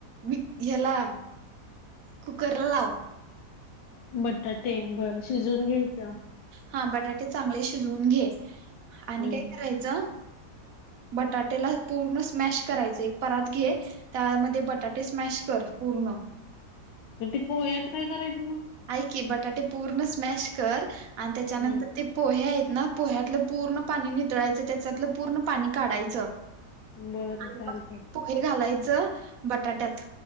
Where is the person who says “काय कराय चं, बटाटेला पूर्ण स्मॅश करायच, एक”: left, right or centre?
Right